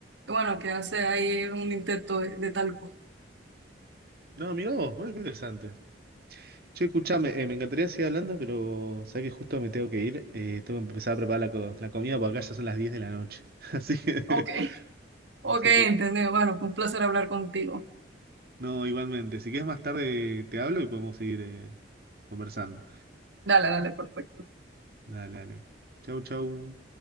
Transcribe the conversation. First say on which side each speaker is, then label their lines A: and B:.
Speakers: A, on the right (about 75°); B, on the right (about 55°).
A: Bueno, que hace ahí un intento de, de talco.
B: No, mirá vos, bueno, qué interesante. Che, escuchame, eh, me encantaría seguir hablando, pero sabés que justo me tengo que ir. eh, tengo que empezar a preparar la, co- la comida porque acá ya son las 10 de la noche. <laughs> Así que,
A: Ok. Ok,
B: así
A: entendido.
B: que,
A: Bueno, fue un placer hablar contigo.
B: no, igualmente. Si quieres más tarde te hablo y podemos seguir eh, conversando.
A: Dale, dale, perfecto.
B: Dale, dale. Chau, chau.